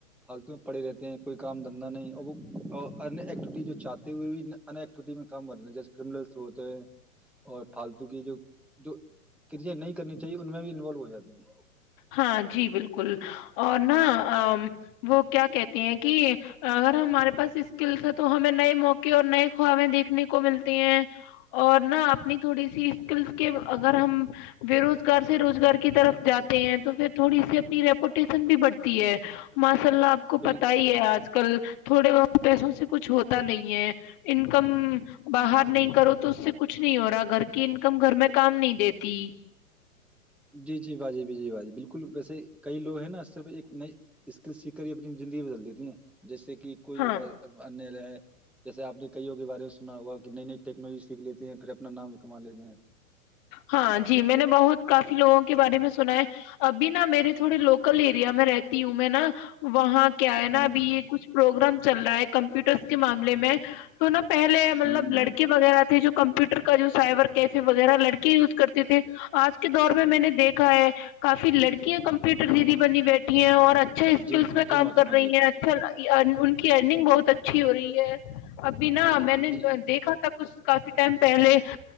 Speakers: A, in the centre; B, on the left.
A: فالتو پڑے رہتے ہیں کوئی کام دھندا نہیں اور وہ ایکٹیوٹی جو چاہتے ہوئے بھی ان ایکٹیوٹی میں کام کرتے ہیں جیسے کرمنلس ہوتے ہیں اور فالتو کی جو جو کریاں نہیں کرنی چاہیے ان میں بھی انوالو ہو جاتی ہیں
B: ہاں جی بالکل بالکل اور نہ وہ کیا کہتے ہیں کہ اگر ہمارے پاس اسکلس ہے تو ہمیں نئے موقع اور نئے خوابیں دیکھنے کو ملتی ہیں اور نہ اپنی تھوڑی سی اسکلس کے اگر ہم بے روزگار سے روزگار کی طرف جات تو پھر تھوڑی سی ریپوٹیشن بھی بڑھتی ہے ماس اسللہ آپ کو
A: بالکل
B: پتہ ہی ہے آج کل تھوڑے بہت پیسوں سے کچھ ہوتے پ نہیں ہے انکم باہر نہیں کرو تو اس سے کچھ نہیں ہو رہا گھر کی انکم گھر میں کام نہیں دیتی
A: جی جی باجی جی باجی بالکل ویسے کئی لوگ ہیں نا صرف ایک نئی اسکل سیکھ کر ہی اپنی زندگی بدل دیتی ہیں جیسے کہ کوئی
B: ہاں
A: ان ہیں جیسے آپ نے کئیوں کے بارے میں سنا ہوا کہ نئی نئی ٹیکنالوجی سیکھ لیتے ہیں پھر اپنا نام کما لیتے ہیں
B: ہاں جی میں نے بہت کافی لوگوں کے بارے میں سنا ہے ابھی نا میرے تھوڑے لوکل ایریا میں رہتی ہوں میں نا وہاں کیا ہے نا
A: ہ
B: ابھی یہ کچھ پروگرام چل رہا ہے کمپیوٹرس کے معامل میں تو نا پہلے مطلب
A: ہ
B: لڑکے
A: ہ
B: وغیرہ تھے جو کمپیوٹر کا جو سائبر کیسے وغیرہ لڑکی یوز کرتے تھے آج کے دور میں میں نے دیکھا ہے کافی لڑکی ک کمپیٹر جی بنی بیٹھی اور اچھا اچھے اسکلس
A: جی
B: میں
A: جی
B: کام
A: محترما
B: کر رہی
A: جی
B: ہیں اچھا ان کی ارنگ بہت اچھی ہو رہی ہے ابھی نا میں نے
A: جی جی
B: دیکھا تھا کچھ کافی ٹائم پہلے